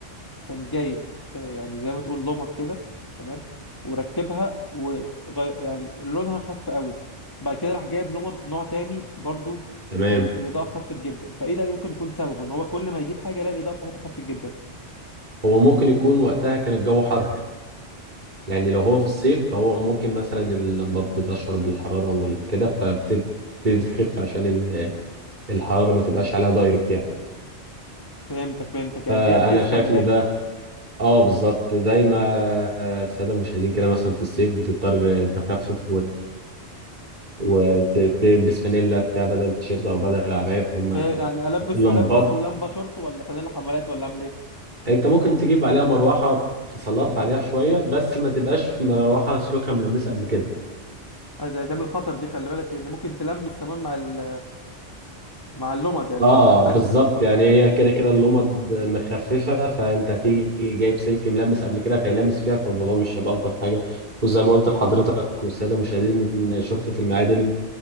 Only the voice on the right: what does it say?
تمام
هو ممكن يكون وقتها كان الجو حر يعني لو هو في الصيف فهو ممكن مثلا اللمبات بتشعر بالحرارة وكده فبتبتدي تخف عشان ال- الحرارة ما تبقاش عليها دايركت يعني
فأنا
شايف
إن ده اه بالظبط زي ما آه، السادة المشاهدين كده مثلا في الصيف بتضطر تخفف وت... وتلبس فانيلا بتاع بدل التيشيرت أو بدل العباية فهم
اللمبات
أنت ممكن تجيب عليها مروحة تسلطها عليها شوية بس ما تبقاش مروحة سلوكها ملمسة قبل كده
اه
بالظبط
يعني هي كده كده اللمض مخففه فانت هتيجي جايب سلك ملمس قبل كده فيلمس فيها فالموضوع مش هيبقى الطف حاجه وزي ما قلت لحضرتك والساده المشاهدين ان شرطه المعادن